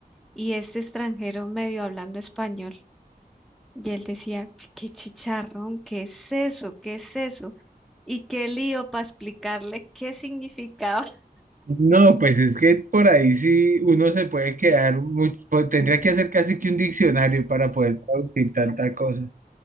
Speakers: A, in the centre; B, on the right.
A: Y este extranjero medio hablando español, y él decía, qué chicharrón, ¿qué es eso? ¿Qué es eso? Y qué lío para explicarle qué significaba
B: No, pues es que por ahí sí uno se puede quedar, mucho, tendría que hacer casi que un diccionario para poder traducir tanta cosa.